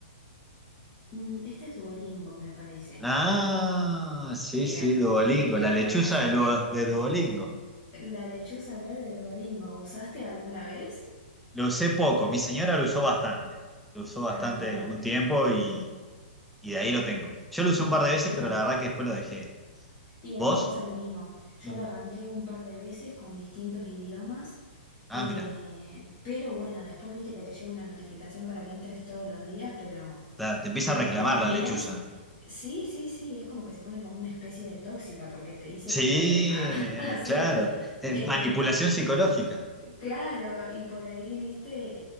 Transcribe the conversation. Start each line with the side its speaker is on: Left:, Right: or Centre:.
Left: mm, este es Duolingo, me parece.
Centre: Ah, sí,
Left: Mira,
Centre: sí, Duolingo,
Left: mira
Centre: la
Left: cómo
Centre: lechuza
Left: la saqué.
Centre: de, Lu- de Duolingo.
Left: La lechuza verde de Duolingo, ¿usaste alguna vez?
Centre: Lo usé poco, mi señora lo usó bastante. Lo usó bastante
Left: Ah, bueno,
Centre: un tiempo y, y de ahí lo tengo. Yo lo usé un par de veces,
Left: bien.
Centre: pero la verdad que después lo dejé.
Left: Y a
Centre: ¿Vos?
Left: mí me pasa lo mismo. Yo
Centre: Mm.
Left: lo arranqué un par de veces con distintos idiomas,
Centre: Ah,
Left: eh,
Centre: mira,
Left: pero bueno, después viste que te llega una notificación para que entres todos los días, pero
Centre: la- te empieza
Left: nada,
Centre: a reclamar
Left: te terminas.
Centre: la lechuza.
Left: Sí, sí, sí, es como que se pone como una especie de tóxica porque te dice
Centre: Sí,
Left: que entres a, <laughs>
Centre: eh,
Left: a hacer.
Centre: claro. Es
Left: eh,
Centre: manipulación psicológica.
Left: Claro, y por ahí, viste,